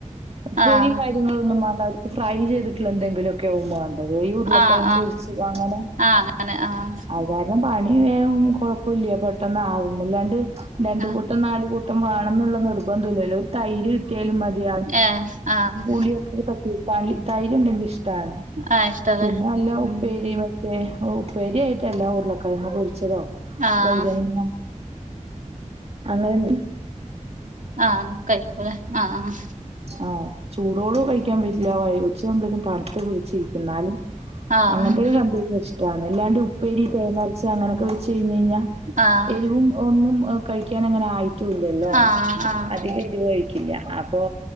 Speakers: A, on the right; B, on the right.
A: ഉപ്പേരിം
B: ആഹ്
A: കാര്യങ്ങളൊന്നും മാണ്ട അവര്ക്ക് ഫ്രൈ ചെയ്തിട്ട്ള്ളന്തെങ്കിലൊക്കെവുംമാണ്ട അത് ഈ ഉരുളക്കിഴങ്ങ്
B: ആഹ് ആഹ്
A: പൊരിച്ചത് അങ്ങനെ
B: ആഹ് അങ്ങനെ ആഹ്
A: വേകം പണി വേകം കൊഴപ്പൂല്ല്യാ പെട്ടന്നാവും അല്ലാണ്ട് രണ്ട്
B: ആഹ്
A: കൂട്ട ട്ടം നാല് കൂട്ടം വേണംന്നുള്ള നിർബന്ധംല്ലൂല്ലോ ഒരു തൈര്ട്ട് കൂട്ട്യാലും മതി
B: ഏഹ് ആഹ്
A: പുളിയൊക്ക തട്ടി തൈര്ണ്ടെങ്കി ഇഷ്ട്ടാണ്
B: ആഹ് ഇഷ്ടല്ലേ
A: പിന്നെ വല്ല
B: ഉം
A: ഉപ്പേരി മ ക്കെ ഉപ്പേര്യായിട്ടല്ല ഉരുളക്കിഴങ്ങ് പൊരിച്ചതോ
B: ആഹ്
A: വഴുതനങ്ങ അങ്ങനെന്തേ
B: ആഹ് കയ്ക്കൂലേ ആഹ്
A: ആഹ ചൂടോടുകഴിക്കാൻ പറ്റില്ല ഉച്ചയാവ്മ്പതേനും തണ്ത്ത് പുളിച്ചിരിക്കുംന്നാലും
B: ആഹ് ആഹ്
A: അങ്ങനത്തെക്കെ കണ്ടഴിഞാ ഇഷ്ടാണ് അല്ലാണ്ട് ഉപ്പേരി തേങ്ങരച്ച അങ്ങനക്കെ വെച്ചഴിഞഞ്ഞാ..
B: ആഹ്
A: എരിവും ഒന്നും അ കഴിക്കാനങ്ങനായിട്ടുല്ലല്ലോ
B: ആഹ് ആഹ്
A: അധികം എരിവ് കഴിക്ക ക്കില്ല അപ്പൊ